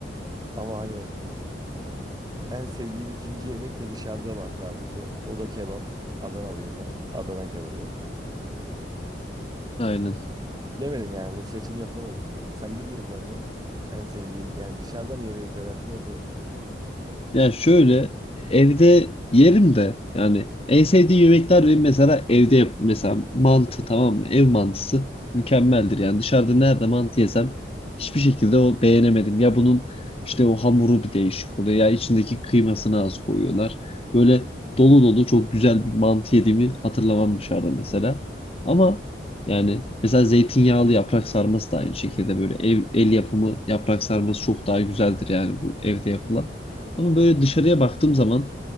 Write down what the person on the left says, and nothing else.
Aynen.
Ya şöyle evde yerim de yani en sevdiğim yemekler benim mesela evde yap mesela mantı tamam mı? Ev mantısı mükemmeldir. Yani dışarıda nerede mantı yesem hiçbir şekilde o beğenemedim. Ya bunun işte o hamuru bir değişik oluyor ya içindeki kıymasını az koyuyorlar. Böyle dolu dolu çok güzel bir mantı yediğimi hatırlamam dışarıda mesela. Ama yani mesela zeytinyağlı yaprak sarması da aynı şekilde böyle ev, el yapımı yaprak sarması çok daha güzeldir yani bu evde yapılan. Ama böyle dışarıya baktığım zaman